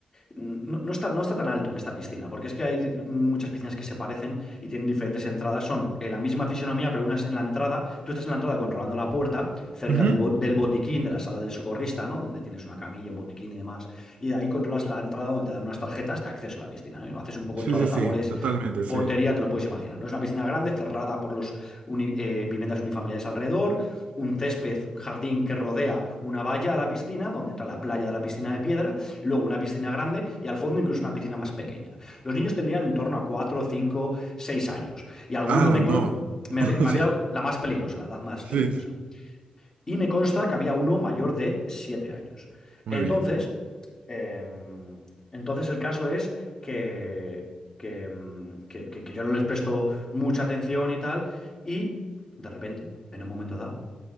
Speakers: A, on the left; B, on the right.
A: no, no está, no está tan alto en esta piscina, porque es que hay muchas piscinas que se parecen y tienen diferentes entradas. Son eh, la misma fisonomía, pero unas en la entrada. Tú estás en la entrada controlando la puerta, cerca
B: Ujú.
A: del, bo- del botiquín, de la sala del socorrista, ¿no? Donde tienes una camilla, un botiquín y demás. Y de ahí controlas la entrada donde te dan unas tarjetas de acceso a la piscina, ¿no? Y Haces un poco
B: Sí,
A: todas
B: sí,
A: las
B: sí,
A: labores
B: totalmente,
A: de portería,
B: sí.
A: te lo puedes imaginar, ¿no? Es una piscina grande, cerrada por los uni- eh, viviendas unifamiliares alrededor, un césped, un jardín que rodea una valla a la piscina, donde entra la playa de la piscina de piedra, y luego una piscina grande y al fondo incluso una piscina más pequeña. Los niños tendrían en torno a 4 5 6 años y alguno
B: Ala,
A: me, con-
B: no.
A: me
B: <laughs>
A: había, me
B: Sí,
A: había- la más peligrosa, la edad más
B: sí,
A: peligrosa. Y me consta que había uno mayor de 7 años.
B: muy
A: Entonces,
B: bien.
A: em, entonces el caso es que, que, em, que- que- que yo no les presto mucha atención y tal y de repente, en un momento dado,